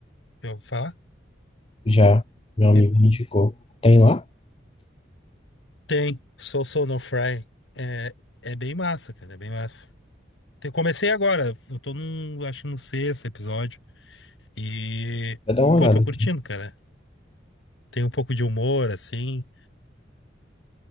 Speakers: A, on the left (about 75°); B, on the left (about 30°).
A: Eu vou falar?
B: Já, meu amigo
A: Eu-
B: me indicou. Tem lá?
A: Tem, Sou Sou no Frying. É, é bem massa, cara, é bem massa. Te- comecei agora, eu tô num, acho que no sexto episódio. E,
B: Vai dar uma
A: pô,
B: olhada
A: tô curtindo,
B: aqui.
A: cara. Tem um pouco de humor, assim.